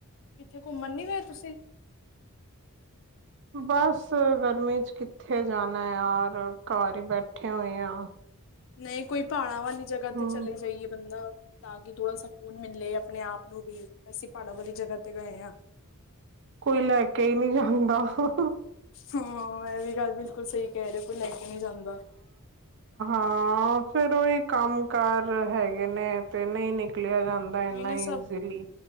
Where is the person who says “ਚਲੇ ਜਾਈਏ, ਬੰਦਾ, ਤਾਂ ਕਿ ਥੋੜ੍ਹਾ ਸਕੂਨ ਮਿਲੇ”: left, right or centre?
Left